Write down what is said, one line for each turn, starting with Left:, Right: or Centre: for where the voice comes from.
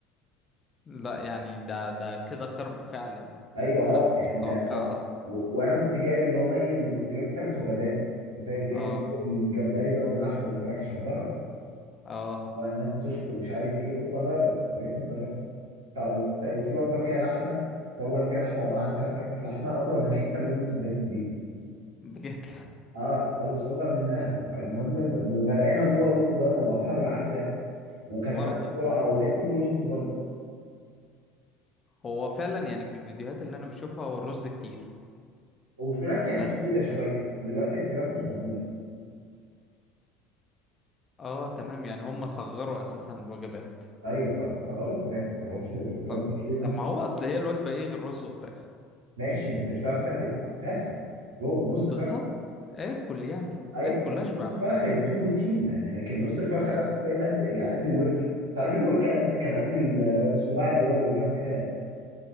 Left: لا يعني ده ده كده كرب فعلا
Right: ايوه اه
Left: انا كنت
Right: يعني
Left: متوقع
Right: ده ده
Left: اصلا
Right: و... وانا كنت جايب اللي هم ايه اللي كنت جايب الثلاث وجبات كنت جايب
Left: اه
Right: الجمبري بقى واللحمه والفراخ عشان اجرب
Left: اه
Right: والناس بتشكر ومش عارف ايه قلت اجرب يا ريتني جربت طيب، وكت- وفي وجبه فيها لحمه الوجبه اللي فيها لحمه عباره عن ثلاث حتت لحمه اصغر من الحته اللي امي بتداني في البيت
Left: بجد
Right: اه عايز اصغر منها فالمهم وغرقانه جوه الرز بقى طلعتها بالعافيه وكلتها
Left: <laughs> برضه
Right: بسرعه وده كله رز برضه
Left: هو فعلا يعني في الفيديوهات اللي انا بشوفها هو الرز كتير
Right: والفراخ كانت
Left: بس
Right: كبيره شويه بس دلوقتي الفراخ مش موجوده
Left: اه تمام يعني هم صغروا اساسا الوجبات
Right: ايوه ص- صغروا الفراخ ما صغروش البكتيريات
Left: طب
Right: بتحل نفس
Left: طب ما هو اصل هي الوجبة ايه غير رز وفراخ
Right: ماشي بس الفرخه تبقى فرخه جو- نص
Left: بالظبط
Right: فرخه
Left: اكل يعني
Right: اي
Left: اكل اشبع
Right: نص فرخه يبقى فيه بروتين يعني لكن نص الفرخه
Left: بالظبط
Right: ده حرفيا قد يعني قد الورك تعرف الورك قد كان قد السباع اللي هو الابهام بتاعي